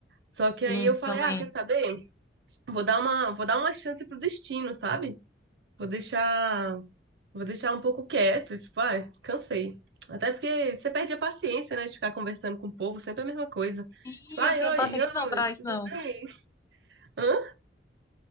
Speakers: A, on the right; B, on the left.
A: Só que aí
B: E
A: eu falei,
B: também.
A: ah, quer saber? Vou dar uma, vou dar uma chance pro destino, sabe? Vou deixar, vou deixar um pouco quieto, tipo, ai, cansei. Até porque você perde a paciência, né, de ficar conversando com o povo, sempre a mesma coisa.
B: E
A: Tipo, ai,
B: eu não tinha
A: oi,
B: paciência
A: oi,
B: não pra isso,
A: tudo
B: não.
A: bem? Hã?